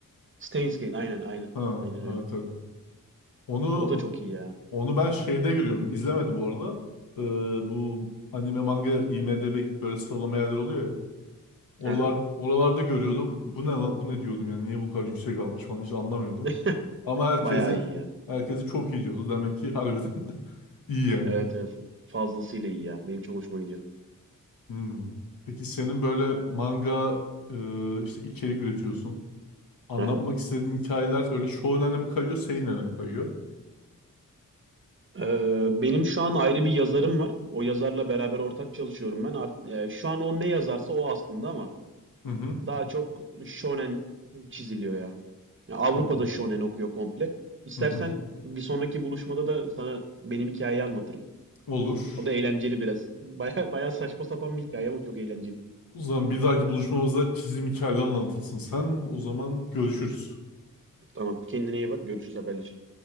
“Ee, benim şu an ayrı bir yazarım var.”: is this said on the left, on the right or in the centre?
Right